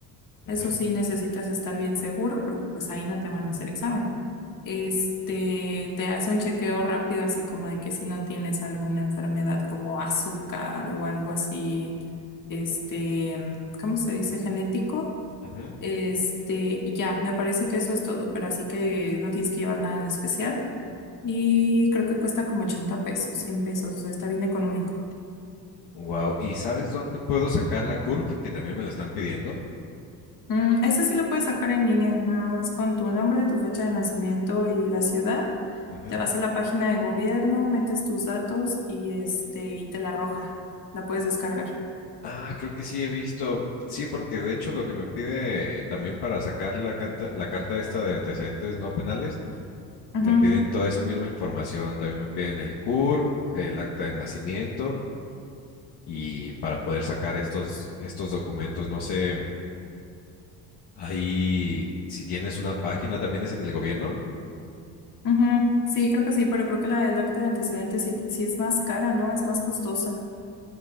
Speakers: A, on the left; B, on the left.
A: Ujú,
B: Eso sí necesitas estar bien seguro porque pues ahí no te van a hacer examen. Este, te hace un chequeo rápido así como de que si no tienes alguna enfermedad como azúcar o algo así, este, ¿cómo se dice? Genético.
A: ujú.
B: Este, y ya, me parece que eso es todo, pero así que no tienes que llevar nada en especial. Y creo que cuesta como 80 pesos, 100 pesos, o sea, está bien económico.
A: Wow. ¿Y sabes dónde puedo sacar la CURP? Que también me la están pidiendo.
B: Mm, ese sí lo puedes sacar en línea, nada más con tu nombre, tu fecha de nacimiento y la ciudad.
A: Ujú.
B: Te vas a la página de gobierno, metes tus datos y este, y te la arroja. La puedes descargar.
A: Ah, creo que sí he visto. Sí, porque de hecho lo que me pide también para sacar la, canta- la carta esta de antecedentes no penales,
B: Ujú,
A: me piden toda esa misma información. También me piden el CURP, el acta de nacimiento y para poder sacar estos, estos documentos, no sé, ahí si tienes una página, también es en el gobierno.
B: ujú. Sí, creo que sí, pero creo que la del acta de antecedentes sí, sí es más cara, ¿no? Es más costosa.